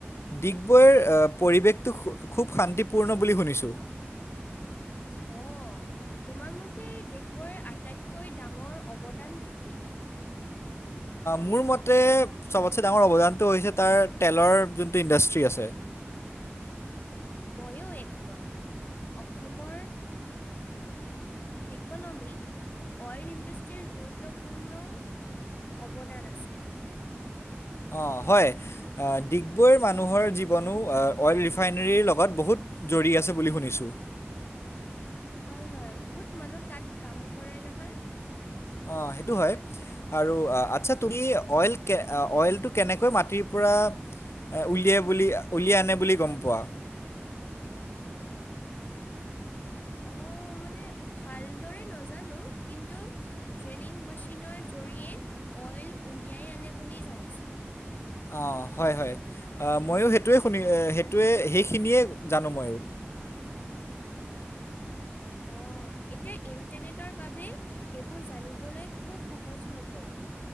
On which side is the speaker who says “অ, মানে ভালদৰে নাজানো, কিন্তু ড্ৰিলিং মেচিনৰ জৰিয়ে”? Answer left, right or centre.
Left